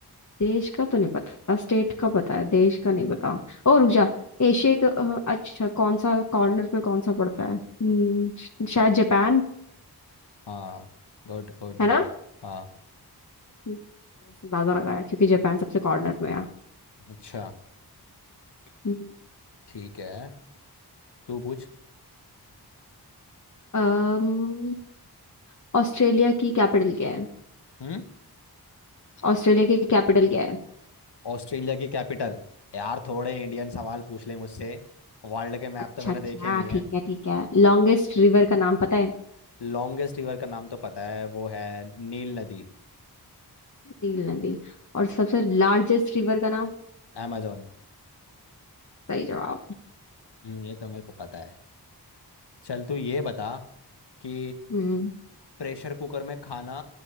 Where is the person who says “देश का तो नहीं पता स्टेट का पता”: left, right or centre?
Left